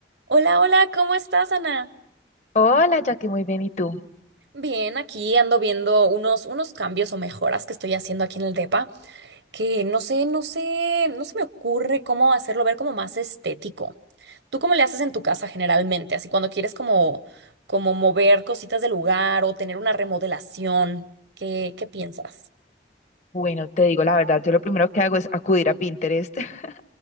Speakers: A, on the right; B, on the left.
A: Hola, hola, ¿cómo estás, Ana?
B: Hola, Jackie, muy bien, ¿y tú?
A: Bien, aquí ando viendo unos, unos cambios o mejoras que estoy haciendo aquí en el depa, que no sé, no sé, no se me ocurre cómo hacerlo ver como más estético. ¿Tú cómo le haces en tu casa generalmente? Así cuando quieres como, como mover cositas del lugar o tener una remodelación, ¿qué, qué piensas?
B: Bueno, te digo la verdad, yo lo primero que hago es acudir a Pinterest. <laughs>